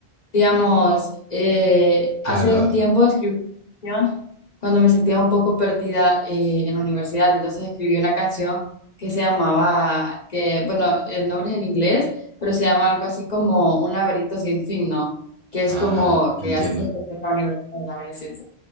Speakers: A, on the left; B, on the right.
A: Digamos, eh,
B: Claro,
A: hace
B: ah,
A: un tiempo escribí una canción cuando me sentía un poco perdida eh, en la universidad, entonces escribí una canción que se llamaba, que bueno, el nombre es en inglés, pero se llama algo así como Un laberinto sin fin, ¿no? Que es
B: ah,
A: como
B: entiendo.
A: que así se siente en la universidad a veces.